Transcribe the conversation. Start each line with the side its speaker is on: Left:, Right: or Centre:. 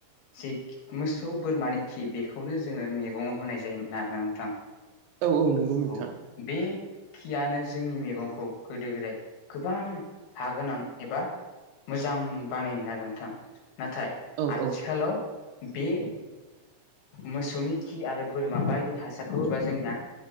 Left: जि मोसौ बोरमानि खि बेखौनो जोङो मैगङाव होनाय जायोमोन आरो नोंथां।
Right: औ औ नंगौ नोंथां।
Left: औ बे खियानो जोंनि मेगंखौ गोदो गोदाय गोबां हा गोनां एबा मोजां बानायोमोन आरो नोंथां नाथाय
Right: औ
Left: आथिखालाव
Right: औ
Left: बे मोसौनि खि आरो बोरमा बायदि हासारखौ होबा जों आ